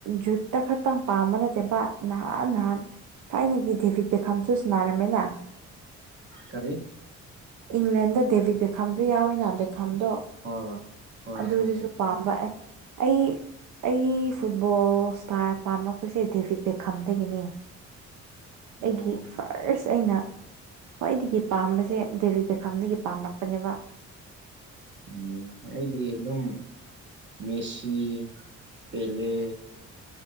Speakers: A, on the right; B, on the right.
A: ꯖꯨꯠꯇ ꯈꯛꯇꯪ ꯄꯥꯝꯕ ꯅꯠꯇꯦꯕ ꯅꯍꯥꯟ ꯅꯍꯥꯟ ꯊꯥꯏꯅꯒꯤ ꯗꯦꯕꯤꯠ ꯕꯦꯈꯝꯁꯨ ꯁꯟꯅꯔꯝꯃꯦꯅ
B: ꯀꯔꯤ
A: ꯏꯪꯂꯦꯟꯗ ꯗꯦꯕꯤꯠ ꯕꯦꯈꯥꯝꯁꯨ ꯌꯥꯎꯋꯤꯅ ꯈꯥꯝꯗꯣ
B: ꯍꯣꯏ ꯍꯣꯏ
A: ꯑꯗꯨꯗꯨꯁꯨ
B: ꯈꯪꯉꯦ
A: ꯄꯥꯝꯕ ꯑꯩ ꯑꯩ ꯑꯩ ꯐꯨꯠꯕꯣꯜ ꯏꯁꯇꯥꯔ ꯄꯥꯝꯂꯛꯄꯁꯦ ꯗꯦꯚꯤꯠ ꯕꯦꯈꯥꯝꯗꯒꯤꯅꯦ
B: ꯑꯣ
A: ꯑꯩꯒꯤ ꯐꯥꯔꯁ ꯑꯩꯅ ꯈ꯭ꯋꯥꯏꯗꯒꯤ ꯄꯥꯝꯕꯁꯦ ꯗꯦꯕꯤꯛ ꯕꯦꯈꯥꯝꯗꯒꯤ ꯄꯥꯝꯔꯛꯄꯅꯦꯕ
B: ꯎꯝ ꯑꯩꯗꯤ ꯑꯗꯨꯝ ꯃꯦꯁꯤ ꯄꯦꯂꯦ